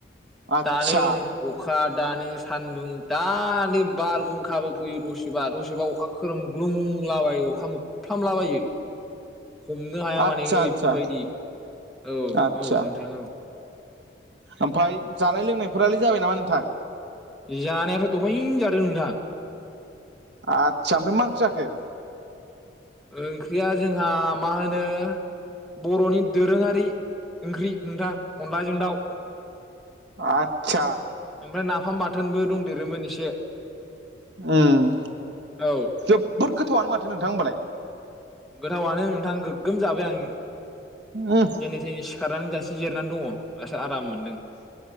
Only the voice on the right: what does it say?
आदसा
आदसा
आदसा
आदसा
ओमफ्राय जानाय लोंनायफोरालाय जाबाय नामा नोंथां?
आतसा ओमफ्राय मा ओंख्रि जाखो?
आदसा
ओम
जोबोद गोथावआनो माथो नोंथां होमबालाय।
उम